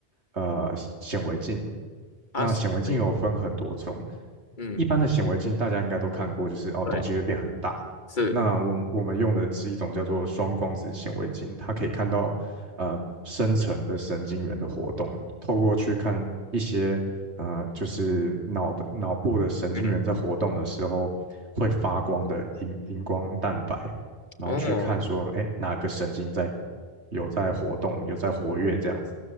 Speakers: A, on the right; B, on the left.
A: 呃显微镜，
B: 二十厘米，
A: 那显微镜有分很多种，
B: 嗯，
A: 一般的显微镜大家应该都看过，就是哦东西会变很大，
B: 对，是，
A: 那我我们用的是一种叫做双光子显微镜，它可以看到呃深层的神经元的活动，透过去看一些呃就是脑的脑部的神经元在活动的时候会发光的荧荧光蛋白，
B: 嗯，
A: 然后去看说哎哪个神经在
B: 哦。
A: 有在活动，有在活跃这样子。